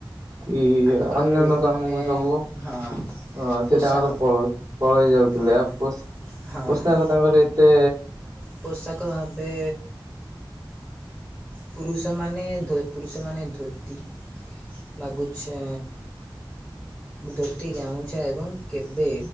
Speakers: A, on the right; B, in the centre.
A: କି
B: ଆଗ କାଳର
A: ଅନ୍ୟାନ୍ୟ
B: ଲୋକମାନେ
A: କାମକୁ ସବୁ
B: ହଁ
A: ହଁ ସେ
B: ପୋଷାକ
A: ତାଙ୍କର ପଳଉ ପଳେଇ ଯାଉଥିଲେ
B: ହଁ
A: ଆଉ ପୋଷା
B: ହଁ
A: ପୋଷାକ ତାଙ୍କର ଏ ତେ
B: ପୋଷାକ ଭାବେ ପୁରୁଷମାନେ ଧୋ ପୁରୁଷମାନେ ଧୋତି ନାଗଛେ ଧୋତି ଗାମୁଛା ଏବଂ କେବେ